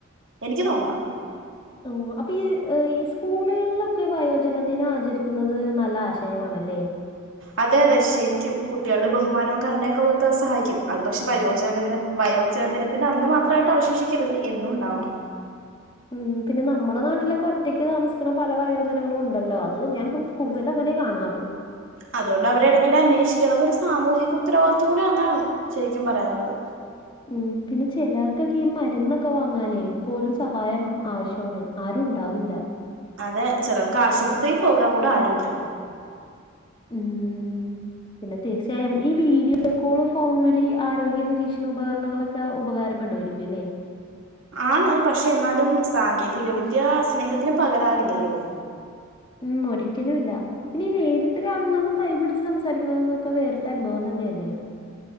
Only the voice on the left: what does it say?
ഓ അപ്പൊ ഈ ഈ സ്കൂളുകളിലൊക്കെ വയോജന ദിനം ആചരിക്കുന്നത് നല്ല ആശയമാ ണല്ലേ
ഉം പിന്നെ നമ്മുടെ നാട്ടിലൊക്കെ ഒറ്റക്ക് താമസിക്കണ പല വയോജനങ്ങളും ഉണ്ടല്ലോ അത് ഞാൻ ഇപ്പം കൂടുതല ങ്ങനെയാ കാണാറ്
ഉം പിന്നെ ചിലർക്കൊക്കെ ഈ മരുന്നൊക്കെ വാങ്ങാനെ പോലും സഹായം ആവശ്യമാണ് ആരും ഉണ്ടാവില്ല
ഉം പിന്നെ തീർച്ചയായും ഈ വീഡിയോ കോള് ഫോൺവിളി ആരോഗ്യ നിരീക്ഷണ ഉപകരണങ്ങളൊക്കെ ഉപ ഉപകാരപ്പെടുവാരിക്കും അല്ലേ
ഉം ഒരിക്കലും ഇല്ല പിന്നെ ഈ നേരിട്ട് കാണുന്നതും കൈ പിടിച്ച് സംസാരിണതുവൊക്കെ വേറിട്ടനുഭവം ത ന്നെയല്ലേ